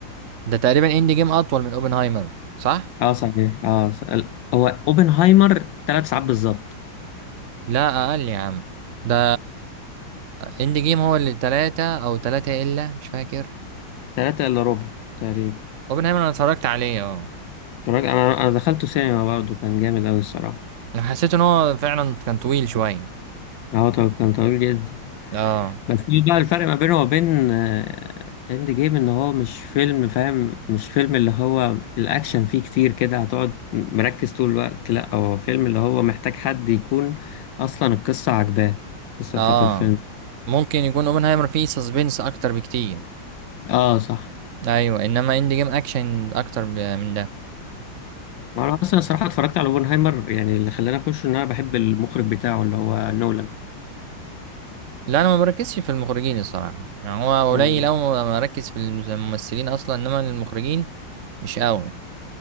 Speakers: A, on the right; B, on the left.
A: ده تقريبا اند جيم اطول من اوبنهايمر صح
B: اه صحيح اه س- ال- هو اوبنهايمر ثلاث ساعات بالظبط
A: لا اقل يا عم ده اند جيم هو اللي تلاتة او تلاتة الا مش فاكر
B: تلاتة إلا ربع تقريبا
A: اوبنهايمر انا اتفرجت عليه اه
B: الراجل- أنا أنا دخلته سينما برضه كان جامد أوي الصراحة
A: انا حسيت ان هو فعلا كان طويل شويه
B: هو طو- كان طويل جدا
A: اه
B: بس في بقى الفرق ما بينه وبين آه، إند جيم إن هو مش فيلم فاهم مش فيلم اللي هو الأكشن فيه كتير كده هتقعد مركز طول الوقت لأ هو فيلم اللي هو محتاج حد يكون أصلا القصة عجباه القصة
A: اه
B: بتاعت الفيلم
A: ممكن يكون اوبنهايمر فيه سسبنس اكتر بكتير
B: آه صح
A: ايوه انما اند جيم اكشن اكتر ب- من ده
B: أنا أصلا الصراحة اتفرجت على أوبنهايمر يعني اللي خلاني أخش إن أنا بحب المخرج بتاعه اللي هو نولان
A: لا انا ما بركزش في المخرجين الصراحه يعني هو
B: آه،
A: قليل أوي ما بركز في الممثلين اصلا انما المخرجين مش قوي